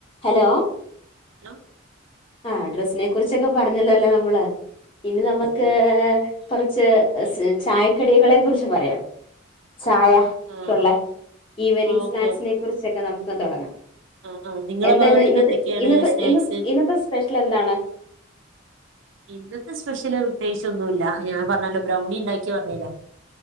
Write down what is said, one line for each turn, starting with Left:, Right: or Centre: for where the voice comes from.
Left: Hello
Right: hello
Left: ആഹ് ഡ്രസ്സിനെ കുറിച്ചൊക്കെ പറഞ്ഞല്ലോ ല്ലേ നമ്മള് ഇന്ന് നമ്മക്ക്
Right: അതെ അതെ
Left: കൊറച്ച് ചായക്കടികളെ കുറിച്ച് പറയാം ചായ
Right: ആഹ്
Left: ക്കൊള്ളെ ഈവനിങ്
Right: ആഹ് ഓക്കെ
Left: സ്നാക്സിനെ
Right: ഓക്കെ
Left: കുറിച്ചൊക്കെ നമുക്ക് തോടങ്ങാം
Right: ആഹ് ആഹ് നിങ്ങളെ
Left: എന്താന്ന്
Right: ഭാഗത്തൊക്കെ
Left: ഇന്നത്തെ
Right: എന്തൊക്കെയാണ്
Left: ഇന്നത്തെ
Right: സ്നാക്സ്
Left: ഇന്ന് ഇന്നത്തെ സ്പെഷ്യല് എന്താണ്?
Right: ഇന്നത്തെ സ്പെഷ്യല് പ്രത്യേകിച്ചൊന്നുല്ല ഞാൻ പർഞ്ഞല്ലോ ബ്രൗണി ഇണ്ടാക്കി പർഞ്ഞിലെ